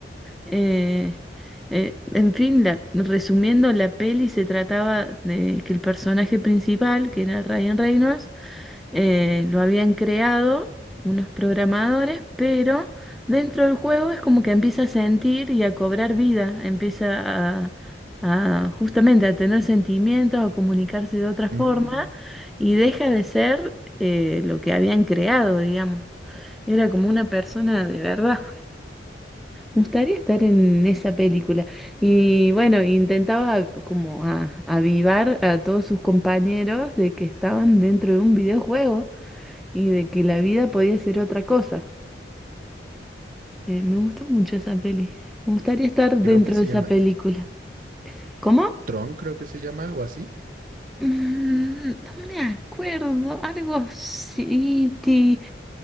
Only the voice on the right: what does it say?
Mm,
creo que se
llama
Tron, creo que se llama algo así.